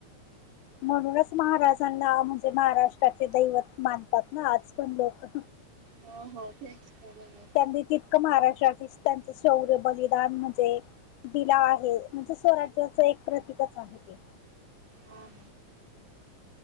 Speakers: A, on the left (about 85°); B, on the right (about 80°).
A: म्हणूनच महाराजांना म्हणजे महाराष्ट्राचे दैवत मानतात ना आज पण लोक.
B: हो हो तेच बरोबर.
A: त्यांनी तितकं महाराष्ट्रात त्यांचं शौर्य बलिदान म्हणजे दिला आहे म्हणजे स्वराज्याचं एक प्रतीिकच आहे ते
B: हा हा